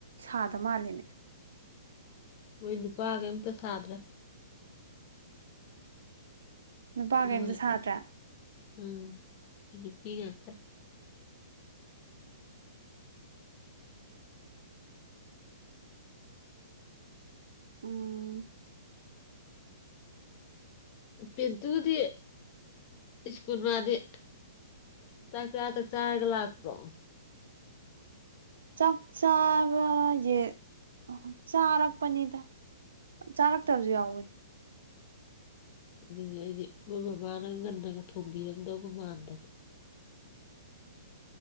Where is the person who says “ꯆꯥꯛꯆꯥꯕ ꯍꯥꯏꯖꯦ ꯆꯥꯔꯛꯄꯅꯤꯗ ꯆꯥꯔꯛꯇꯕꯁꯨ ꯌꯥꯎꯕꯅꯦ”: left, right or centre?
Right